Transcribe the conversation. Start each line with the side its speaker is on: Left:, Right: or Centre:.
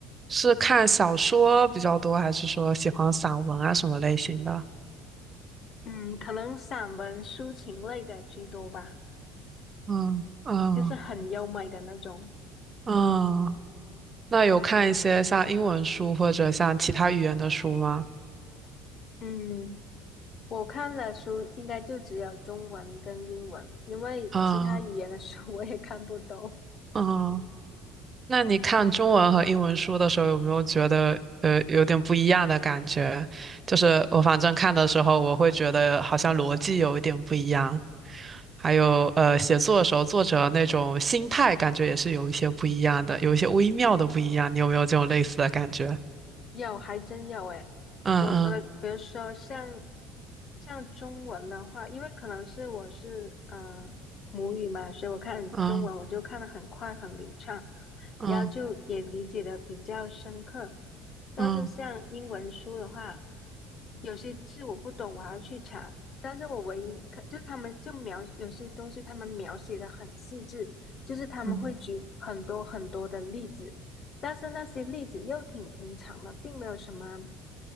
Right: 是看小说比较多，还是说喜欢散文啊什么类型的？
Left: 嗯，可能散文、抒情类的居多吧，
Right: 嗯嗯
Left: 就是很优美的那种。
Right: 嗯，那有看一些像英文书或者像其他语言的书吗？
Left: 嗯，我看的书应该就只有中文跟英文，因为其他语言的书
Right: 嗯
Left: <laughs> 我也看不懂。
Right: 嗯那你看中文和英文书的时候，有没有觉得呃有点不一样的感觉？就是我反正看的时候，我会觉得好像逻辑有一点不一样，还有呃写作的时候，作者那种心态感觉也是有一些不一样的，有一些微妙的不一样。你有没有这种类似的感觉？
Left: 有，还真有诶。
Right: 嗯嗯
Left: 我我的，比如说像像中文的话，因为可能是我是呃母语嘛，所以我看中文我就看得很快很流畅，
Right: 嗯嗯
Left: 然后就也理解的比较深刻。但是像英文书的话，
Right: 嗯
Left: 有些字我不懂，我还要去查。但是我唯一看，就他们就描有些东西，他们描写的很细致，就是他们会举很多很多的例子。
Right: 嗯
Left: 但是那些例子又挺平常的，并没有什么